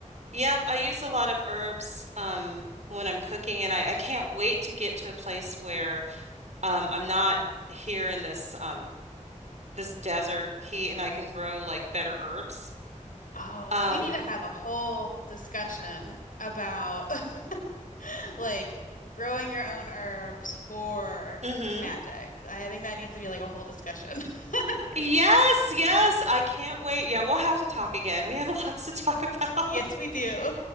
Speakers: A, on the right; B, on the left.
A: Yep, I use a lot of herbs um, when I'm cooking, and I, I can't wait to get to a place where um, I'm not here in this um, this desert heat, and I can grow like better herbs.
B: Oh,
A: Um,
B: we need to have a whole discussion about <laughs> like growing your own herbs for
A: hmm
B: magic. I, I think that needs to be like a whole discussion. <laughs>
A: Yes, yes, I can't wait. Yeah, we'll have to talk again. We have <laughs> lots to talk about.
B: Yes, we do.